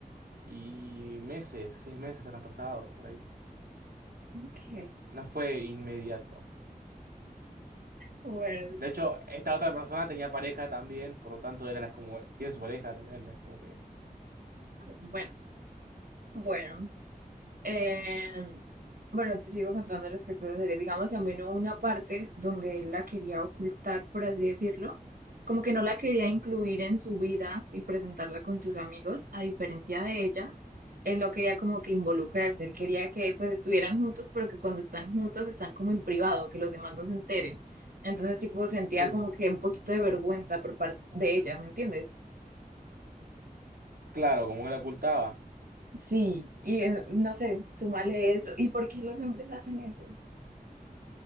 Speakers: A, on the right; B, on the right.
A: Y meses, seis meses han pasado por ahí.
B: Ok,
A: No fue inmediato.
B: bueno,
A: De hecho, esta otra persona tenía pareja también, por lo tanto era las como, tiene su pareja también, ¿no? es como que...
B: bueno, bueno. Eh, bueno, te sigo contando respecto a la serie. Digamos, también hubo una parte donde él la quería ocultar, por así decirlo. Como que no la quería incluir en su vida y presentarla con sus amigos, a diferencia de ella. Él no quería como que involucrarse, él quería que pues estuvieran juntos, pero que cuando están juntos están como en privado, que los demás no se enteren. Entonces, tipo, sentía
A: Sí,
B: como que un poquito de vergüenza por parte de ella, ¿me entiendes?
A: claro, como que la ocultaba.
B: Sí, y eh, no sé, súmale eso. ¿Y por qué los hombres hacen eso?